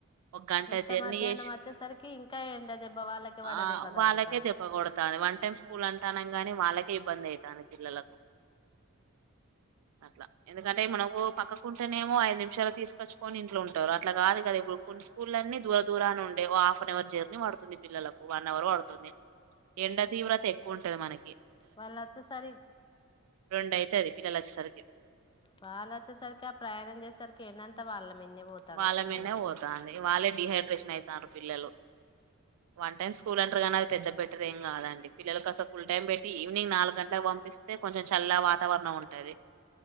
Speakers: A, on the right (about 80°); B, on the left (about 20°).
A: ఒక గంట
B: మిట్ట
A: జర్నీయేష్
B: మధ్యాహ్నం వచ్చేసరికి ఇంకా ఎండ దెబ్బ వాళ్ళకి వడ
A: ఆ
B: దెబ్బ
A: వాళ్ళకే
B: తలుగుతాంది
A: దెబ్బకొడతాది వన్ టైమ్ స్కూల్ అంటనం గాని వాళ్ళకే ఇబ్బంది అవుతాను పిల్లలకు అట్ల ఎందుకంటే మనకు పక్కకుంటేనేమో ఐదు నిమిషాలు తీసుకొచ్చుకొని ఇంట్లో ఉంటారు అట్లా కాదు కదా ఇప్పుడు కొన్ని స్కూల్ అన్ని దూర దూరాన్నే ఉన్ హాఫ్ అన్ అవర్ జర్నీ పడుతుంది పిల్లలకు వన్ అవర్ పడుతుంది ఎండ తీవ్రత ఎక్కువ ఉంటది మన
B: వాళ్ళొచ్చేసరి
A: రెండు అయితది పిల్లలు వచ్చేసరికి
B: వాళ్ళ వచ్చేసరికి ఆ ప్రయాణం చేసరికి ఎనన్ త్త వాల్లెం మీందికి వోతాంది
A: వాళ్ళ
B: పిల్లల
A: మీదనే
B: మీదికి
A: పోతాంది వాళ్ళే డిహైడ్రేషన్ అవుతున్నారు పిల్లలు వన్ టైమ్ స్కూల్ అంటారు కానీ అది పెద్ద బెటర్ ఏం కాదండి పిల్లలలకు అసలు ఫుల్ టైం పెట్టి ఈవినింగ్ నాలుగు గంటలకు పంపిస్తే కొంచెం చల్ల వాతావరణం ఉంటుంది